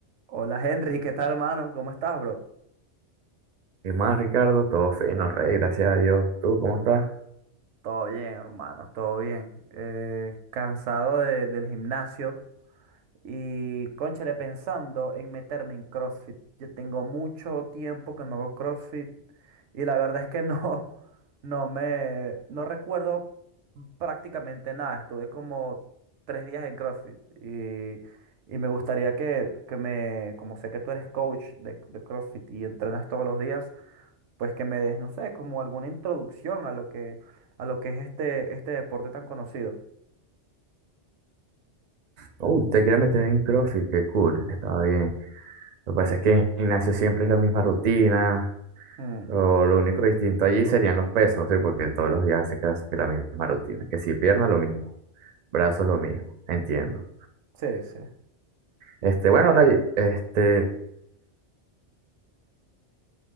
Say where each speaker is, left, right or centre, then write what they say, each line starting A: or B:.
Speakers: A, on the right; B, on the right.
A: Hola Henry, ¿qué tal hermano? ¿Cómo estás, bro?
B: ¿Qué más, Ricardo? Todo fino, rey, gracias a Dios. ¿Tú cómo estás?
A: Todo bien, hermano, todo bien. Eh, cansado de- del gimnasio y cónchale pensando en meterme en CrossFit. Yo tengo mucho tiempo que no hago CrossFit y la verdad es que no, <laughs> no me, no recuerdo prácticamente nada. Estuve como tres días en CrossFit y, y me gustaría que, que me, como sé que tú eres coach de, de CrossFit y entrenas todos los días. pues que me des, no sé, como alguna introducción a lo que, a lo que es este, este deporte tan conocido.
B: Uh, te quieres meter en CrossFit, qué cool, estaba bien. Lo que pasa es que en gimnasio siempre es la misma rutina,
A: Mm,
B: o lo único distinto allí serían los pesos, ¿sí? Porque todos los días hace casi que la misma rutina. Que si pierna lo mismo, brazos lo mismo, entiendo.
A: sí, sí,
B: Este, bueno, Rey, este,